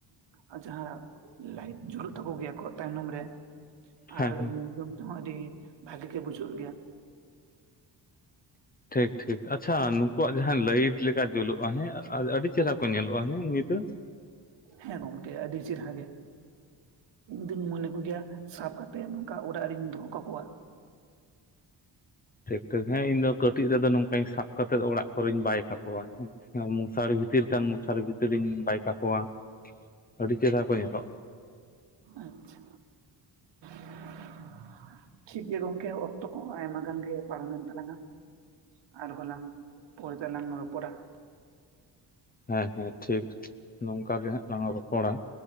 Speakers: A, on the right (about 75°); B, on the left (about 20°).
A: ᱟᱨ ᱡᱟᱦᱟᱸ ᱞᱟᱭᱤᱴ ᱡᱩᱞᱩᱜ ᱛᱟᱠᱚ ᱜᱮᱭᱟ ᱟᱠᱚᱣᱟᱜ ᱛᱟᱭᱱᱚᱢ ᱨᱮ
B: ᱦᱮᱸ
A: ᱟᱨ ᱧᱮᱞᱡᱚᱝ ᱛᱮᱦᱚᱸ ᱟᱹᱰᱤ ᱵᱷᱟᱜᱮ ᱜᱮ ᱵᱩᱡᱷᱟᱹᱜ ᱜᱮᱭᱟ ᱾
B: ᱴᱷᱤᱠ ᱴᱷᱤᱠ ᱟᱪᱪᱷᱟ ᱱᱩᱠᱩᱣᱟᱜ ᱡᱟᱦᱟᱸ ᱞᱟᱹᱭᱤᱴ ᱞᱮᱠᱟ ᱡᱩᱞᱩᱜᱼᱟ ᱦᱮᱸ ᱟᱹ-ᱟᱹᱰᱤ ᱪᱮᱦᱨᱟ ᱠᱚ ᱧᱮᱞᱚᱜᱼᱟ ᱦᱮᱸ ᱧᱤᱫᱟᱹ ᱾
A: ᱦᱮᱸ ᱜᱚᱢᱠᱮ ᱟᱹᱰᱤ ᱟᱹᱰᱤ ᱪᱤᱨᱦᱟ ᱜᱮ ᱾ ᱤᱧ ᱫᱩᱧ ᱢᱚᱱᱮ ᱠᱚᱜᱮᱭᱟ ᱥᱟᱵ ᱠᱟᱛᱮᱫ ᱱᱚᱝᱠᱟ ᱚᱨᱟᱜ ᱨᱤᱧ ᱫᱚᱦᱚ ᱠᱟᱠᱚᱣᱟ ᱾
B: ᱴᱷᱤᱠ ᱴᱷᱤᱠ, ᱦᱮᱸ ᱤᱧ ᱫᱚ ᱠᱟᱹᱴᱤᱡ ᱨᱮᱫᱚ ᱱᱚᱝᱠᱟᱧ ᱥᱟᱵ ᱠᱟᱛᱮᱜ ᱚᱲᱟᱜ ᱠᱚᱨᱮᱧ ᱵᱟᱭ ᱠᱟᱠᱚᱣᱟ ᱦᱮᱸ ᱾ ᱢᱚᱥᱟᱨᱤ ᱵᱷᱤᱛᱤᱨ ᱠᱷᱟᱱ ᱢᱚᱥᱟᱨᱤ ᱵᱷᱤᱛᱤᱨᱤᱧ ᱵᱟᱭ ᱠᱟᱠᱚᱣᱟ ᱟᱹᱰᱤ ᱪᱮᱦᱨᱟ ᱠᱚ ᱧᱮᱞᱚᱜᱼᱟ ᱾
A: ᱟᱪᱪᱷᱟ ᱾ ᱴᱷᱤᱠᱜᱮᱭᱟ ᱜᱚᱝᱠᱮ ᱚᱠᱛᱚ ᱠᱚᱦᱚᱸ ᱟᱭᱢᱟ ᱜᱟᱱ ᱜᱮ ᱯᱟᱨᱚᱢᱮᱱ ᱛᱟᱞᱟᱝᱟ ᱾ ᱟᱨ ᱦᱚᱞᱟᱝ ᱯᱚᱨᱮ ᱛᱮᱞᱟᱝ ᱨᱚᱯᱚᱲᱟ ᱾
B: ᱦᱮᱸ ᱦᱮᱸ ᱴᱷᱤᱠ ᱱᱚᱝᱠᱟ ᱜᱮ ᱦᱟᱸᱜ ᱞᱟᱝ ᱨᱚᱯᱚᱲᱟ ᱾